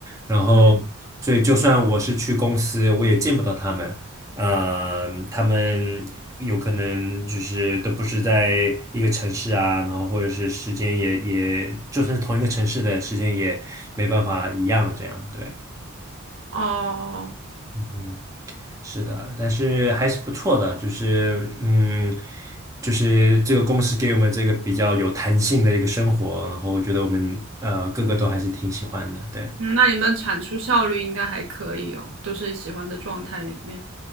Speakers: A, on the right; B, on the right.
A: 然嗯后所以就算我是去公司，
B: 嗯，
A: 我也见不到他们，嗯，他们有可能就是都不是在一个城市啊，然后或者是时间也也，就算是同一个城市的时间也没办法一样，这样对，
B: 哦，
A: 嗯哼，是的，但是还是不错的，就是嗯，就是这个公司给我们这个比较有弹性的一个生活，然后我觉得我们呃个个都还是挺喜欢的，对，
B: 嗯那你们产出效率应该还可以哦，都是喜欢的状态里面。